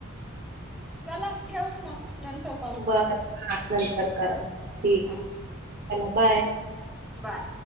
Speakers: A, in the centre; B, on the right.
A: चला ठेवु मंग नंतर कॉल करू
B: बरं बर नंतर करा ठीक
A: हा
B: ए, चला बाय.
A: बाय.